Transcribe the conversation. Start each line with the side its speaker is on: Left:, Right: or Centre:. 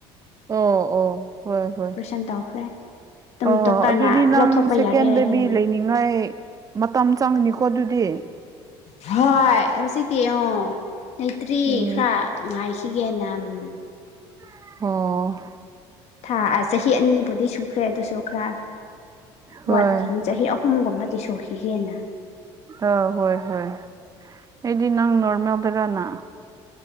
Right: ꯑꯣ ꯑꯣ ꯍꯣꯏ ꯍꯣꯏ
Left: ꯄ꯭ꯔꯦꯁꯟ ꯇꯧꯈ꯭ꯔꯦ ꯑꯗꯨꯝ
Right: ꯑꯣ
Left: ꯗꯣꯛꯇꯔꯅ
Right: ꯑꯗꯨꯗꯤ ꯅꯪ
Left: ꯂꯧꯊꯣꯛꯄ
Right: ꯁꯦꯀꯦꯟ
Left: ꯌꯥꯔꯦ
Right: ꯕꯦꯕꯤ
Left: ꯍꯥꯏꯅ
Right: ꯂꯩꯅꯤꯡꯉꯥꯏ ꯃꯇꯝ ꯆꯪꯅꯤꯀꯣ ꯑꯗꯨꯗꯤ
Left: ꯍꯣꯏ ꯍꯧꯖꯤ ꯀ ꯑ ꯂꯩꯇ꯭ꯔꯤ
Right: ꯎꯝ
Left: ꯈꯔ ꯉꯥꯏꯈꯤ ꯁꯤꯤꯒꯅꯝ <inaudible>
Right: ꯑꯣ <inaudible>
Left: ꯊꯥ ꯑ ꯆꯍꯤ ꯑꯅꯤꯕꯨꯗꯤ ꯁꯨꯈ꯭ꯔꯦ ꯑꯗꯨ ꯁꯨ ꯈꯔ
Right: ꯍꯣꯏ
Left: ꯋꯥꯠꯈꯤꯅꯤ ꯆꯍꯤ ꯑꯍꯨꯝꯒꯨꯝꯕ ꯁꯣꯛꯈꯤꯒꯦꯅ
Right: ꯑ ꯍꯣꯏ ꯍꯣꯏ ꯑꯩꯗꯤ ꯅꯪ ꯅꯣꯔꯃꯦꯜꯗ ꯔꯅ